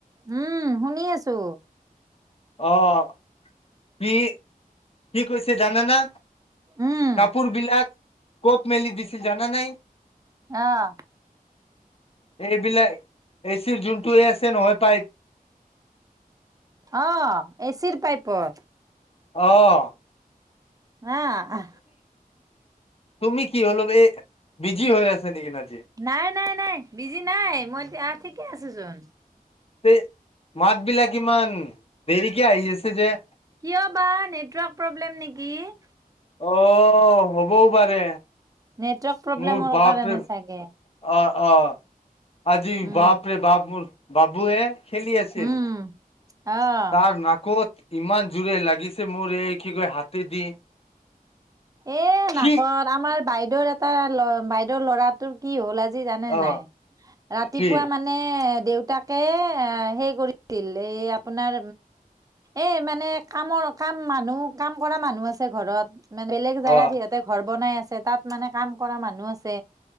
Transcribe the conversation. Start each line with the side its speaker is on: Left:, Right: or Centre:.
Right: উম, শুনি আছোঁ।
Left: অহ', অহ' কি কি কৈছে জানে না।
Right: উম
Left: কাপোৰবিলাক ক'ত মেলি দিছিল জানা না‌ সি।
Right: অহ।
Left: এইবিলাক, এচিৰ যোনটোৱেই আছে নহয় পাইপ
Right: অহ, এচিৰ পাইপত।
Left: অহ।
Right: আ হা।
Left: তুমি কি হ'ল। এই বিজি হৈ আছে নেকি আজি।
Right: নাই নাই নাই বিজি নাই, মই আহ ঠিকে আছোচোন।
Left: তে মাতবিলাক ইমান দেৰিকে আহি আছে যে।
Right: কিয় বা নেটৱৰ্ক প্ৰব্লেম নেকি
Left: অহ, হ'বও পাৰে।
Right: নেটৱৰ্ক প্ৰব্লেমৰ
Left: মোৰ বাপৰে।
Right: কাৰণে
Left: অহ',
Right: চাগে
Left: অহ'। আজি
Right: উম
Left: বাপৰে বাপ মোৰ বাবুৱে খেলি আছিল।
Right: উম আহ
Left: তাৰ নাকত ইমান জোৰে লাগিছে, মোৰ এই কি কয় হাতেদি।
Right: এ
Left: সি
Right: নাকত, আমাৰ বাইদেউৰ এটা ল বাইদেউ বাইদেউৰ ল'ৰাতোৰ কি হ'ল আজি জানে
Left: অ
Right: নে নাই, ৰাতিপুৱা
Left: কি
Right: মানে দেউতাকে সেই কৰিছিল, এই আপোনাৰ এই মানে কামৰ কাম মানুহ, কাম কৰা মানুহ আছিল। ঘৰত মানে বেলেগ জেগাত
Left: অ
Right: সিহঁতে ঘৰ বনাই আছে, তাত মানে কাম কৰা মানুহ আছে।